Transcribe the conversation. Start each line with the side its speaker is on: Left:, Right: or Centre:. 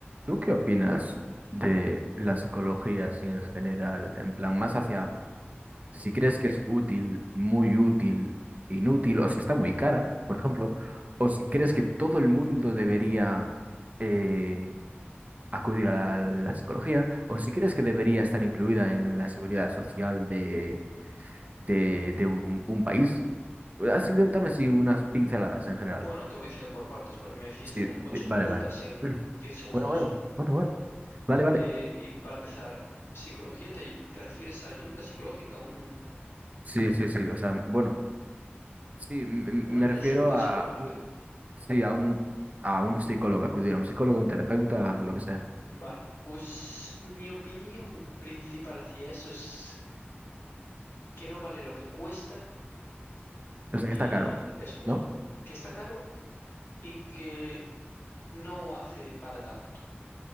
Right: ¿Tú qué opinas de la psicología así en general? En plan, más hacia si crees que es útil, muy útil, inútil, o si está muy cara, por ejemplo, o si crees que todo el mundo debería eh, acudir a la psicología, o si crees que debería estar incluida en la seguridad social de, de, de un, un país. Así, dame dame así unas pinceladas en general.
Left: Bueno, te voy diciendo por partes porque me hiciste
Right: Sí,
Left: como ocho
Right: vale,
Left: preguntas
Right: vale. <clears throat>
Left: en
Right: <laughs>
Left: diez segundos.
Right: Bueno, bueno, bueno, bueno. Vale, vale.
Left: Eh, y para empezar, ¿psicología te, te refieres a ayuda psicológica, un-
Right: Sí, sí, sí, o sea, bueno, sí, m- m-
Left: una
Right: me
Left: consulta
Right: refiero a,
Left: psicológica?
Right: u- sí, a un, a un psicólogo, acudir a un psicólogo, a un terapeuta, a lo que sea.
Left: Vale, pues mi opinión principal hacia eso es que no vale lo que cuesta
Right: O sea,
Left: y
Right: que está caro,
Left: eso mismo,
Right: ¿no?
Left: que está caro y que no hace para tanto.